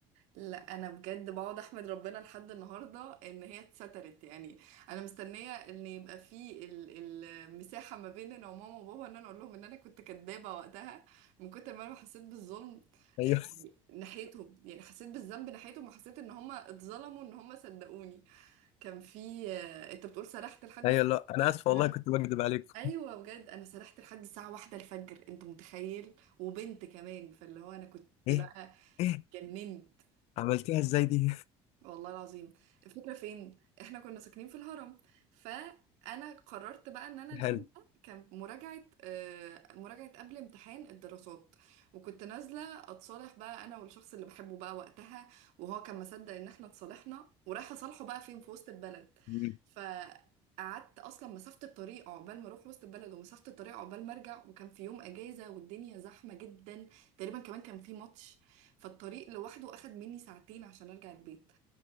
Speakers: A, on the right; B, on the left.
A: لا انا بجد بقعد احمد ربنا لحد النهارده ان هي اتسترت يعني انا مستنيه ان يبقى في ال- المساحه ما بين انا وماما وبابا ان انا اقول لهم ان انا كنت كدابه وقتها من كتر ما انا حسيت بالظلم
B: <laughs> ايوه
A: آه، يعني ناحيتهم يعني حسيت بالذنب ناحيتهم وحسيت ان هم اتظلموا ان هم صدقوني كان في آه، انت بتقول سرحت لحد
B: ايوه
A: ستة
B: لا انا اسف والله
A: انا
B: كنت بكذب عليكم
A: ايوه بجد انا سرحت لحد الساعه واحدة الفجر انت متخيل وبنت كمان فاللي هو انا كنت
B: ايه
A: بقى
B: ايه
A: جننت
B: عملتيها ازاي دي
A: والله العظيم الفكرة فين احنا كنا ساكنين في الهرم فانا قررت بقى ان انا
B: <laughs>
A: اليوم
B: حلو
A: ده كان مراجعة آه، مراجعة قبل امتحان الدراسات وكنت نازلة اتصالح بقى انا والشخص اللي بحبه بقى وقتها وهو كان مصدق ان احنا اتصالحنا ورايحة اصالحه بقى فين في وسط البلد
B: مم.
A: فقعدت اصلا مسافة الطريق عقبال ما اروح وسط البلد ومسافة الطريق عقبال ما ارجع وكان في يوم اجازة والدنيا زحمة جدا تقريبا كمان كان في ماتش فالطريق لوحده اخد مني ساعتين عشان ارجع البيت